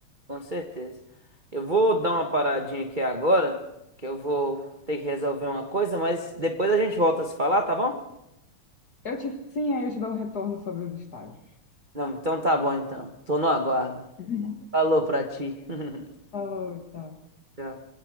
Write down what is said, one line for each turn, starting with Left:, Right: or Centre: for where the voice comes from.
Right: com certeza. Eu vou dar uma paradinha aqui agora, que eu vou ter que resolver uma coisa, mas depois a gente volta a se falar, tá bom?
Left: Eu te, sim, aí eu te dou um retorno sobre os estágios.
Right: Não, então tá bom então. Tô no aguardo.
Left: <laughs>
Right: Falou pra ti. <laughs>
Left: Falou, tchau.
Right: Tchau.